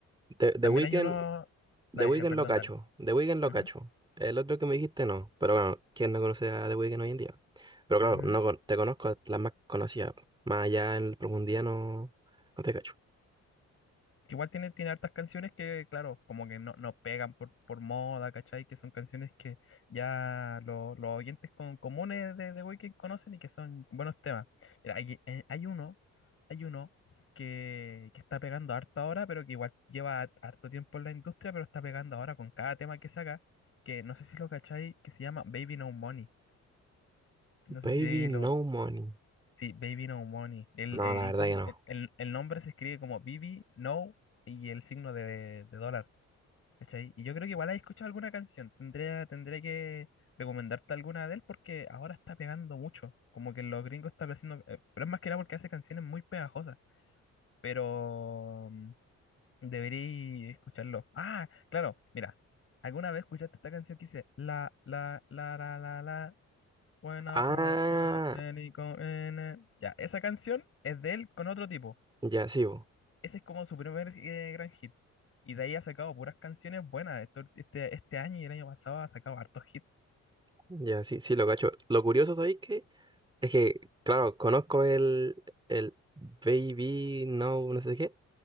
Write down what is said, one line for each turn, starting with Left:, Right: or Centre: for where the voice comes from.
Right: The,
Left: también
Right: The Weeknd,
Left: hay uno, dale,
Right: The Weeknd
Left: <laughs> perdón,
Right: lo cacho,
Left: dale.
Right: The Weeknd lo
Left: Ujú,
Right: cacho. El otro que me dijiste no, pero bueno, ¿quién no conoce a The Weeknd hoy en día? Pero
Left: ujú.
Right: claro, no con- te conozco las más conocidas. po. Más allá en profundidad no, no te cacho.
Left: que igual tiene, tiene hartas canciones que, claro, como que no, no pegan por, por moda, ¿cachai? Que son canciones que ya lo- los oyentes con, comunes de, de Weeknd conocen y que son buenos temas. Mira, hay, eh, hay uno, hay uno que, que está pegando harto ahora, pero que igual lleva harto tiempo en la industria, pero está pegando ahora con cada tema que saca, que no sé si lo cachai, que se llama Baby No Money. No
Right: Baby
Left: sé si
Right: No
Left: lo,
Right: Money.
Left: Sí, Baby No Money. El,
Right: No,
Left: eh,
Right: la
Left: incluso
Right: verdad que
Left: el,
Right: no.
Left: el- el nombre se escribe como Baby No y el signo de, de dólar. ¿Cachai? Y yo creo que igual has escuchado alguna canción. Tendría, tendría que recomendarte alguna de él porque ahora está pegando mucho. Como que los gringos están haciendo. eh, pero es más que nada porque hace canciones muy pegajosas. Pero mm, debería escucharlo. Ah, claro, mira. ¿Alguna vez escuchaste esta canción que dice la, la, la, la, la, la? When I
Right: Ah,
Left: put that many go in it. Ya, esa canción es de él con otro tipo.
Right: ya, sí, bo.
Left: Ese es como su primer eh, gran hit. Y de ahí ha sacado puras canciones buenas. Esto- este, este año y el año pasado ha sacado hartos hits.
Right: Ya, sí, sí, lo cacho. Lo curioso, ¿sabéis qué? Es que, claro, conozco el, el Baby No, no sé qué,